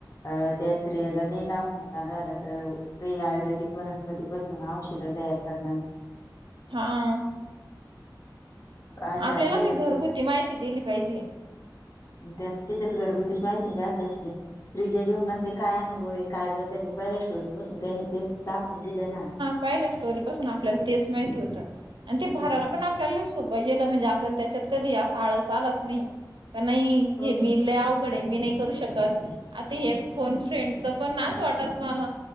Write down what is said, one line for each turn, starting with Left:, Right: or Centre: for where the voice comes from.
Left: अ त्या स्त्रीयाला न दाव उदाहरण झालं तर, काही आयुर्वेदिक वनस्पती पासून औषध तयार करणं.
Right: हा.
Left: अशा
Right: आपल्याला
Left: जैविक
Right: अशी घरगुती माहिती दिली पाहिजे.
Left: त्या तेच्यात घरगुती माहिती जास्त असते. स्त्रीच्या जीवनातले काय अनुभव हे? काय बदल ये? पहिल्या स्टोरी पासून त्यांनी ते दाखवून दिलं ना.
Right: पाहिल्या स्टोरी पासून आपल्याला तेच माहिती होतं आणि ते भारायला
Left: मग
Right: पण आपल्याला सोपं गेलं म्हणजे आपल्याला त्याच्यात कधी अस आळस आलाच नाही. का नाही?
Left: हो
Right: हे मी लई अवघड ये मी नाही एक. करू शकत. आता हे फोन फ्रेंडच पण आसच वाटत मला.